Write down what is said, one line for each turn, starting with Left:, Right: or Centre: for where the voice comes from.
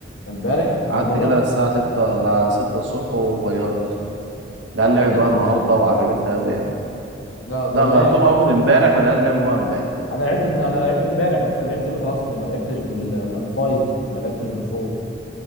Left: امبارح انا
Right: قعدت
Left: ما جربت
Right: كده للساعة ستة ل 6 الصبح وغيرت العيال
Left: اه
Right: لعبت
Left: ت-
Right: بقى النهاردة وعجبتها أوي يعني
Left: لا تمام
Right: لا غيرتهم أول امبارح والعيال لعبوا بقى امبارح
Left: انا لعبت انا لعبت امبارح بس أنا لعبت بالاصلي ما لعبتش بال كان 5 ما لعبتش بالفور